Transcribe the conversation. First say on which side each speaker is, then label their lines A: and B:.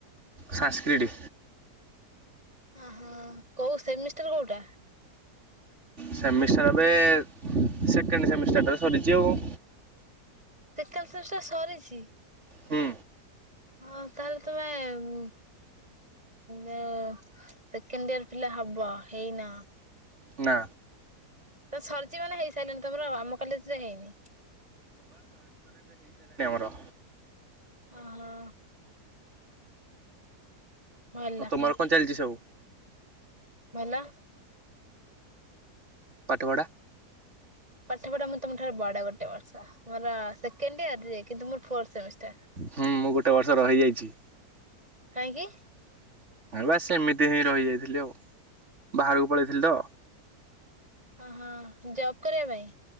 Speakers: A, on the right; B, on the right.
A: ସାନ୍ସକ୍ରୀଟି।
B: ଓହୋ କୋଉ ସେମିଷ୍ଟାର କୋଉଟା?
A: ସେମିଷ୍ଟାର ଏବେ ସେକେଣ୍ଡ ସେମିଷ୍ଟାରଟା ସରିଛି ଆଉ।
B: ସେକେଣ୍ଡ ସେମିଷ୍ଟାର ସରିଛି!
A: ହୁଁ।
B: ହଁ, ତାହେଲେ ତୁମେ-ଏମ୍ ଯଉ ସେକେଣ୍ଡ ଇୟର ପିଲା ହବ। ହେଇନ?
A: ନା,
B: ତ ସରିଚି ମାନେ ହେଇସାଇଲାଣି। ତମର ଆମ କଲେଜରେ ହେଇନି।
A: ର,
B: ହ, ହଁ। ଭଲ
A: ଆଉ ତମର କଣ ଚାଲିଛି ସବୁ?
B: ଭଲ।
A: ପାଠ ପଢ଼ା।
B: ପାଠ ପଢା ମୁଁ ତମ ଠାରୁ ବଡ ଗୋଟେ ବର୍ଷ। ମୋର ସେକେଣ୍ଡ ଇୟର ଯେ, କିନ୍ତୁ ମୋର ଫୋର୍ ସେମିଷ୍ଟାର।
A: ହୁଁ, ମୁଁ ଗୋଟେ ବର୍ଷ ରହିଁ ଯାଇଛି।
B: କାହିଁକି?
A: ବାସ୍ ସେମିତି ହିଁ ରହିଯାଇଥିଲି ଆଉ। ବାହାରକୁ ପଳେଇଥିଲି ତ!
B: ଓହୋ ଜବ୍ କରିବା ପାଇଁ